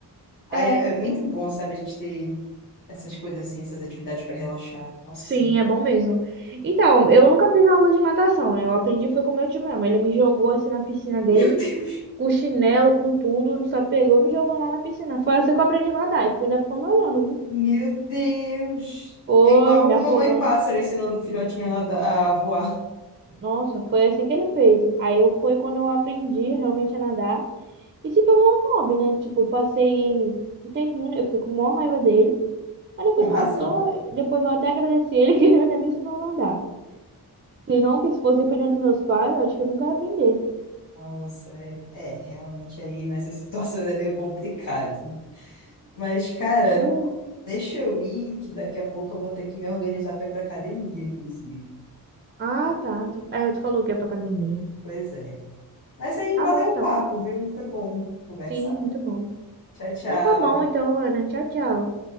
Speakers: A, on the left; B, on the right.
A: Aí é,
B: É,
A: é muito
B: e-
A: bom, sabe, a gente ter essas coisas assim, essas atividades pra relaxar. Nossa
B: sim,
A: Senhora.
B: é bom mesmo. Então, eu nunca fiz aula de natação, né? Eu aprendi foi com meu tio mesmo. Ele me jogou assim na piscina dele.
A: Meu Deus!
B: com chinelo, com tudo, só pegou e me jogou lá na piscina. Foi assim que eu aprendi a nadar. E ficou- ainda ficou me olhando, viu?
A: Meu Deus!
B: Foi,
A: É igual
B: me
A: uma
B: afogando.
A: mãe pássaro ensinando o filhotinho a, nadar- a voar.
B: Nossa, foi assim que ele fez. Aí eu, foi quando eu aprendi realmente a nadar. E se tornou um hobby, né? Tipo, eu passei um tempinho, né? eu fiquei com maior raiva dele. Mas depois
A: Com razão.
B: passou, depois eu até agradeci ele <laughs> que ele até me ensinou a nadar. Se não, que se fosse dependendo dos meus pais, eu acho que eu nunca ia aprender.
A: Nossa, é, é, realmente aí nessas situações é meio complicado. Mas, cara.
B: Hum.
A: Deixa eu ir, que daqui a pouco eu vou ter que me organizar para ir para academia, inclusive.
B: Ah, tá. Tu, é, tu falou que é pra academia.
A: Pois é. Mas aí,
B: Tá
A: valeu
B: bom, então.
A: o papo, viu? Foi bom conversar.
B: Sim, muito bom.
A: Tchau, tchau.
B: Então tá bom, então, Ana. Tchau, tchau.